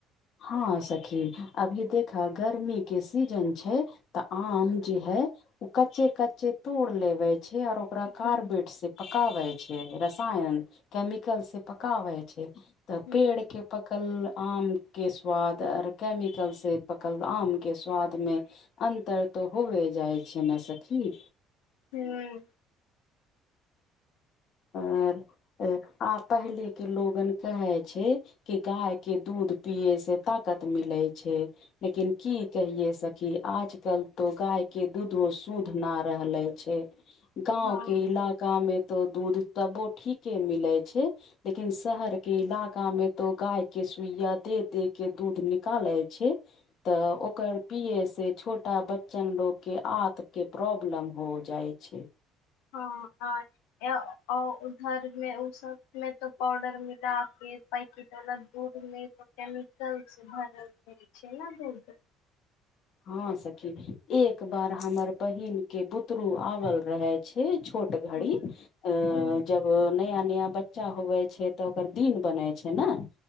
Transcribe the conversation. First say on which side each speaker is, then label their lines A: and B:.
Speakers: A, on the left; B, on the left.
A: हँ सखी अभी देख गर्मी के सीजन छैइ तऽ आम जे है ऊ कच्चे कच्चे तोड़ लेवे छै और ओकरा कार्बेट
B: हूं
A: से पकाबै छैय रसायन केमिकल से पकाबै छैय तऽ
B: हूं
A: पेड़ के पकल आम के स्वाद आर कैमिकल से पकल आम के स्वाद में अन्तर तऽ होबे जाइ छै ने सखी
B: हूँ
A: आर आऽ पहिले के लोगन कहे छैय कि गाय के दूध पिये से ताकत मिले छैइ लेकिन की कहिेयै स कि आइ काइल तऽ गाय के दूधो शुध ना रहले छैय गांव
B: हँ
A: के इलाका में तऽ दूध तबो ठीके मिले छैय लेकिन शहर के इलाका में तऽ गाय के सुइया दे दे कऽ दूध निकले कालेय छैइ तऽ ओकर पीए से छोटा बच्चा लोगन के आत के प्रॉब्लम भऽ जाय छैय
B: हँ हा ए ओ उधहर मे उ सब मे तऽ पाउडर मिला कऽ पैकेट बला दूधमे तऽ केमिकल से भरल रहै छैय ना दूध
A: हँं सखी एक बार हमर बहिन के बुतरू आएल रहे छोट ट घड़ी
B: हूं
A: अ
B: हूं
A: जब नया नया बच्चा होैय छैय तऽ ओकर दिन होइ छैय नऽ